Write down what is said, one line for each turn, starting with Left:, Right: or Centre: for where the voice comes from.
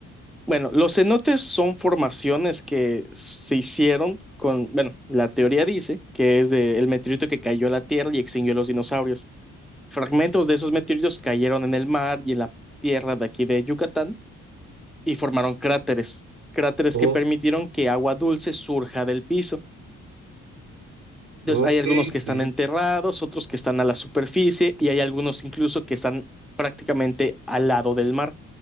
Centre: Bueno, los cenotes son formaciones que se hicieron con, bueno, la teoría dice que es del meteorito que cayó a la Tierra y extinguió a los dinosaurios. Fragmentos de esos meteoritos cayeron en el mar y en la tierra de aquí de Yucatán y formaron cráteres, cráteres
Right: Oh,
Centre: que permitieron que agua dulce surja del piso. Entonces,
Right: ok,
Centre: hay algunos
Right: sí.
Centre: que están enterrados, otros que están a la superficie y hay algunos incluso que están prácticamente al lado del mar.